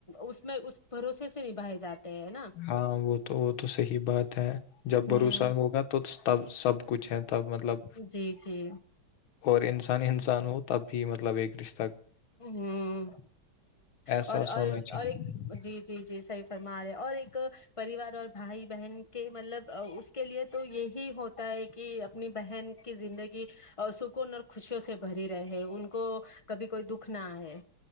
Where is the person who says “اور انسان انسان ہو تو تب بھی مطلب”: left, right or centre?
Left